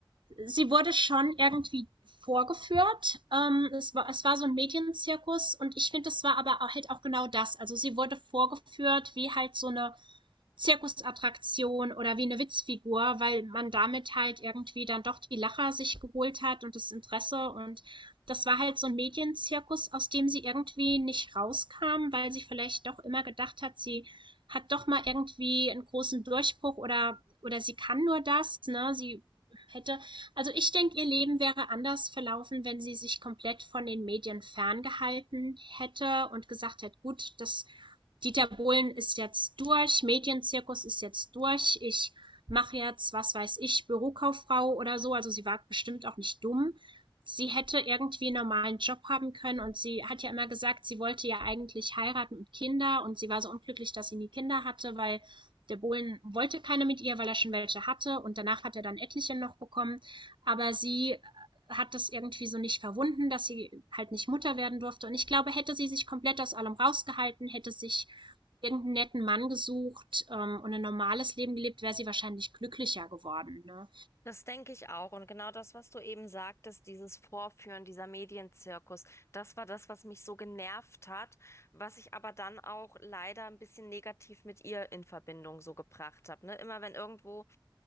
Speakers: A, on the right; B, on the left.
A: sie wurde schon irgendwie vorgeführt. Ähm, es, war, es war so ein Medienzirkus und ich finde, es war aber halt auch genau das. Also sie wurde vorgeführt wie halt so eine Zirkusattraktion oder wie eine Witzfigur, weil man damit halt irgendwie dann doch die Lacher sich geholt hat und das Interesse. Und das war halt so ein Medienzirkus, aus dem sie irgendwie nicht rauskam, weil sie vielleicht doch immer gedacht hat, sie hat doch mal irgendwie einen großen Durchbruch oder, oder sie kann nur das, ne? Sie hätte, also ich denke, ihr Leben wäre anders verlaufen, wenn sie sich komplett von den Medien ferngehalten hätte und gesagt hätte, gut, das Dieter Bohlen ist jetzt durch, Medienzirkus ist jetzt durch, ich mache jetzt, was weiß ich, Bürokauffrau oder so. Also sie war bestimmt auch nicht dumm. Sie hätte irgendwie einen normalen Job haben können und sie hat ja immer gesagt, sie wollte ja eigentlich heiraten und Kinder und sie war so unglücklich, dass sie nie Kinder hatte, weil der Bohlen wollte keine mit ihr, weil er schon welche hatte und danach hat er dann etliche noch bekommen. Aber sie äh, hat das irgendwie so nicht verwunden, dass sie halt nicht Mutter werden durfte. Und ich glaube, hätte sie sich komplett aus allem rausgehalten, hätte sich irgendeinen netten Mann gesucht ähm, und ein normales Leben gelebt, wäre sie wahrscheinlich glücklicher geworden. Ne?
B: Das denke ich auch. Und genau das, was du eben sagtest, dieses Vorführen, dieser Medienzirkus, das war das, was mich so genervt hat, was ich aber dann auch leider ein bisschen negativ mit ihr in Verbindung so gebracht habe. Ne? Immer wenn irgendwo